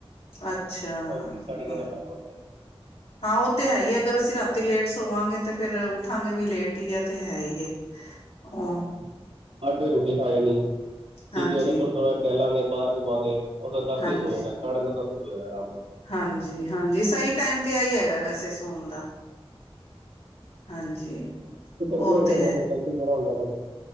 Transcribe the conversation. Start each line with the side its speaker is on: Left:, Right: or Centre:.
Left: ਅੱਛਾ, ਅੱਛਾ,
Right: ਹਾਂਜੀ, ਸਾਡੇ
Left: ਹੂੰ।
Right: ਘਰ ਪਰਾ ਹੁੰਦਾ।
Left: ਹਾਂ, ਉਹ ਤੇ ਹੈ ਹੀ ਹੈ, ਅਗਰ ਅਸੀਂ ਰਾਤੀ ਲੇਟ ਸੋਵਾਂਗੇ, ਤੇ ਫੇਰ ਉੱਠਾਂਗੇ ਵੀ ਲੇਟ ਹੀ ਆ, ਤੇ ਹੈ ਹੀ ਐ ਉਹ।
Right: ਅੱਠ ਵਜੇ ਰੋਟੀ ਖਾ ਜਾਣੀ ਠੀਕ
Left: ਹਾਂਜੀ,
Right: ਐ, ਉਦੋਂ ਥੋੜ੍ਹਾ- ਥੋੜ੍ਹਾ ਟਹਿਲਾਂਗੇ ਬਾਹਰ ਘੁੰਮਾਂਗੇ। ਉਹ ਤਾਂ ਦਸ
Left: ਹਾਂਜੀ,
Right: ਹੀ ਸੋ ਜਾਂਦੇ, ਸਾਢੇ ਦਸ ਨੂੰ ਹੀ ਸੋ ਜਾਂਦਾ ਰਾਮ।
Left: ਹਾਂਜੀ -ਹਾਂਜੀ, ਸਹੀ ਟਾਈਮ ਤੇ ਆਈ ਹੈਗਾ, ਵੈਸੇ ਸੋਣ ਦਾ। ਹਾਂਜੀ,
Right: ਤੜਕੇ
Left: ਉਹ
Right: ਉੱਠਕੇ
Left: ਤੇ ਹੈ
Right: ਫਿਰ ਫੈਕਟਰੀ ਜਾਣਾ ਹੁੰਦਾ ਫਿਰ।